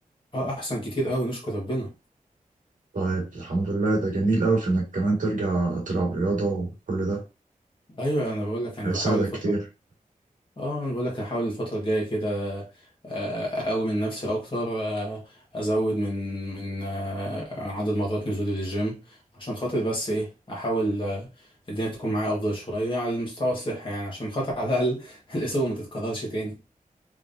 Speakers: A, on the left; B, on the right.
A: اه احسن كتير قوي نشكر ربنا
B: طيب الحمد لله ده جميل أوي في إنك كمان ترجع تلعب رياضة وكل ده
A: ايوه انا بقول لك يعني
B: هيساعدك
A: بحاول الفترة
B: كتير
A: اه انا بقول لك هحاول الفتره الجايه كده آه، اقوي من نفسي اكتر آه، ازود من من آه، عدد مرات نزولي للجيم عشان خاطر بس ايه احاول آه، الدنيا تكون معايا افضل شويه على المستوى الصحي يعني عشان خاطر على الاقل <laughs> الاصابه ما تتكررش تاني